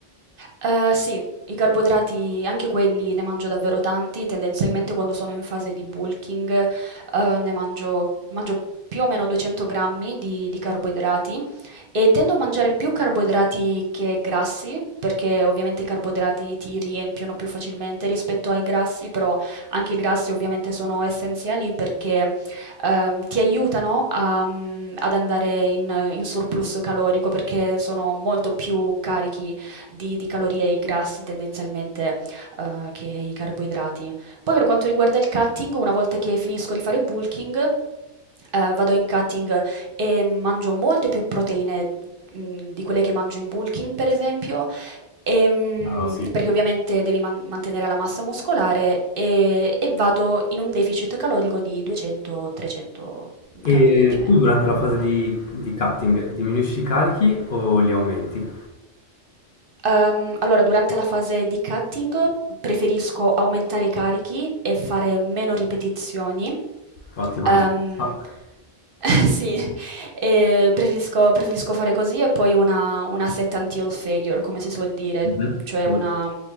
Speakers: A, on the right; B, on the left.
A: Ehm, sì, i carboidrati anche quelli ne mangio davvero tanti, tendenzialmente quando sono in fase di bulking, ehm, ne mangio mangio più o meno 200 grammi di di carboidrati e tendo a mangiare più carboidrati che grassi, perché ovviamente i carboidrati ti riempiono più facilmente rispetto ai grassi, però anche i grassi ovviamente sono essenziali perché, ehm, ti aiutano a mhmm, ad andare in in surplus calorico, perché sono molto più carichi di, di calorie e i grassi tendenzialmente eh, che i carboidrati. Poi per quanto riguarda il cutting, una volta che finisco di fare bulking, eh, vado in cutting e mangio molte più proteine mh, di quelle che mangio in bulking, per esempio, Ehm,
B: Chiaro, sì.
A: perché ovviamente devi man- mantenere la massa muscolare e, e vado in un deficit calorico di 200-300
B: E
A: calorie più o meno.
B: tu durante la fase di, di cutting diminuisci i carichi o li aumenti?
A: Ehm, allora durante la fase di cutting preferisco aumentare i carichi e fare meno ripetizioni.
B: Ottima
A: Ehm,
B: risposta.
A: <laughs> sì, e preferisco, preferisco fare così e poi una, una set until failure, come si suol dire,
B: Mhm,
A: mm, cioè
B: sì.
A: una,